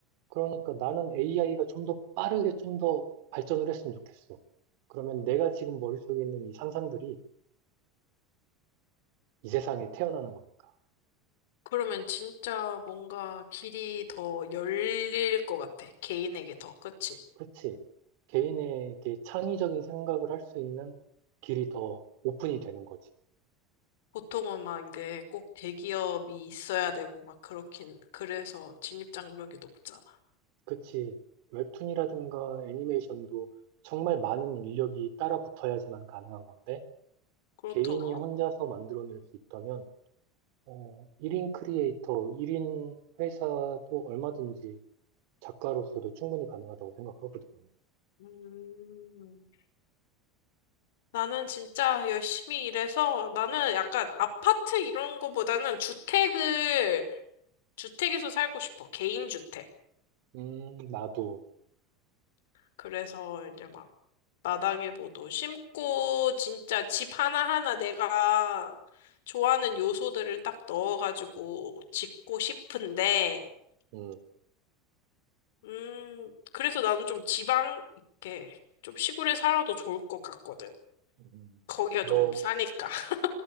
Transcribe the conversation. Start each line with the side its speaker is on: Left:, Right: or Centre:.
Right: 그러니까 나는 AI가 좀 더 빠르게 좀 더 발전을 했으면 좋겠어. 그러면 내가 지금 머릿속에 있는 이 상상들이 이 세상에 태어나는 거니까.
Left: 그러면 진짜 뭔가 길이 더 열릴 것 같아. 개인에게 더. 그치?
Right: 그렇지. 개인에게 창의적인 생각을 할 수 있는 길이 더 오픈이 되는 거지.
Left: 보통은 막 이제 꼭 대기업이 있어야 되고 막 그렇긴 그래서 진입 장벽이 높잖아.
Right: 그치. 웹툰이라든가 애니메이션도 정말 많은 인력이 따라붙어야지만 가능한 건데,
Left: 그렇더라.
Right: 개인이 혼자서 만들어낼 수 있다면, 어, 1인 크리에이터, 1인 회사도 얼마든지 작가로서도 충분히 가능하다고 생각하거든.
Left: 음. 나는 진짜 열심히 일해서 나는 약간 아파트 이런 거보다는 주택을 주택에서 살고 싶어. 개인 주택.
Right: 음, 나도,
Left: 그래서 이제 막 마당에 뭐도 심고 진짜 집 하나하나 내가 좋아하는 요소들을 딱 넣어가지고 짓고 싶은데
Right: 음,
Left: 음, 그래서 나는 좀 지방, 이렇게 좀 시골에 살아도 좋을 것 같거든.
Right: 음.
Left: 거기가
Right: 너
Left: 좀 싸니까. <laughs>